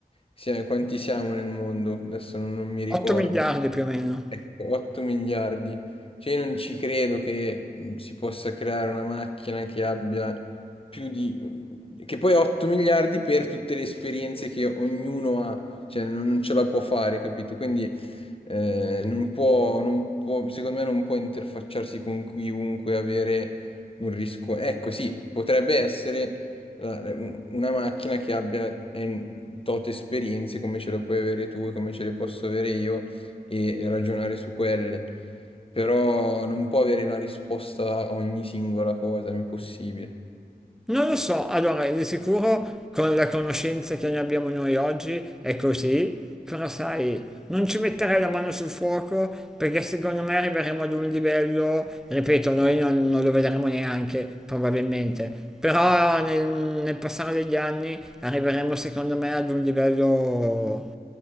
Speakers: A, on the left (about 35°); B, in the centre.
A: sia- quanti siamo nel mondo? Adesso non, non mi ricordo.
B: 8 miliardi più o meno.
A: Ecco, 8 miliardi. Cioè, io non ci credo che mh, si possa creare una macchina che abbia più di... che poi 8 miliardi per tutte le esperienze che ognuno ha, cioè non, non ce la può fare, capito? Quindi eh, non può, non può- secondo me non può interfacciarsi con chiunque, avere un rischio. Ecco, sì, potrebbe essere la- un- una macchina che abbia en- tot esperienze come ce le puoi avere tu e come ce le posso avere io e ragionare su quelle. Però non può avere la risposta a ogni singola cosa, è impossibile.
B: Non lo so, allora di sicuro con la conoscenza che ne abbiamo noi oggi è così, però sai, non ci metterei la mano sul fuoco perché secondo me arriveremo ad un livello, ripeto, noi non, non lo vedremo neanche probabilmente, però nel, nel passare degli anni arriveremo secondo me ad un livello